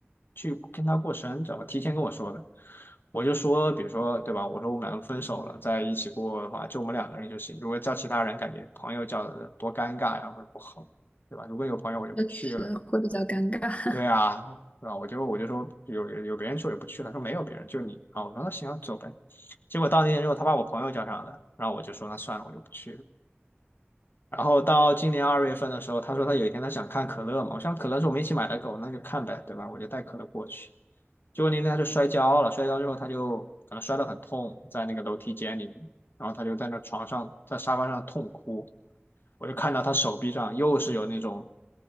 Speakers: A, on the left; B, on the left.
A: 去跟他过生，知道吧？提前跟我说的，我就说，比如说对吧？我说我们两个分手了，在一起过的话，就我们两个人就行。如果叫其他人，感觉朋友叫的多尴尬呀，或者不好，对吧？如果有朋友，我就不去了。
B: 确实会比较尴尬。
A: 对啊，对吧？我就我就说有有别人去我就不去了，说没有别人，就你啊。我说那行啊走呗。结果到那天之后，他把我朋友叫上了，然后我就说那算了，我就不去了。然后到今年二月份的时候，他说他有一天他想看可乐嘛，我想可乐是我们一起买的狗，那就看呗，对吧？我就带可乐过去。结果那天他就摔跤了，摔跤之后他就可能摔得很痛，在那个楼梯间里面，然后他就在那床上在沙发上痛哭。我就看到他手臂上又是有那种